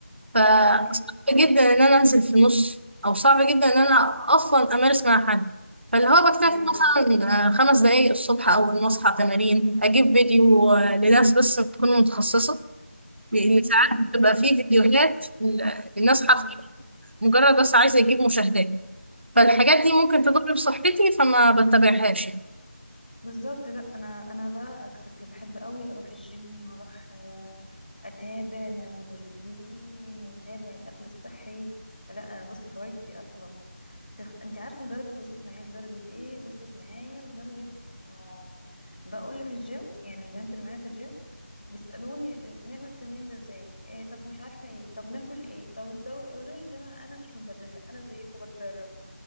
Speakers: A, on the right; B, on the left.
A: فصعب
B: مم.
A: جدا ان انا انزل في نص او صعب جدا ان انا اصلا امارس مع حد فاللي هو بكتفي
B: ايوه
A: مثلا آه، خمس دقايق الصبح اول ما اصحى تمارين اجيب فيديو آه، لناس بس تكون متخصصه لان
B: مم.
A: ساعات
B: مم.
A: بتبقى فيه فيديوهات ال- الناس حرفيا
B: مم.
A: مجرد بس عايزه يجيب مشاهدات فالحاجات دي ممكن
B: بالظبط
A: تضر بصحتي فما بتبعهاش يعني.
B: بالظبط لا انا انا بقى عكسك بحب قوي اروح الجيم واروح آه، اتابع مع المدربين واتابع الاكل الصحي لا بصي هوايتي دي اصلا تخ... انت عارفه لدرجه وصلت معايا لدرجه ايه وصلت معايا لدرجه انه بقول لي في الجيم يعني البنات اللي معايا في الجيم بيسالوني آه، نعمل التمرين ده ازاي إيه طب مش عارفه ايه طب ناكل ايه طب نسوي ايه والله يا جماعه انا مش مدربه انا زيكم بتدرب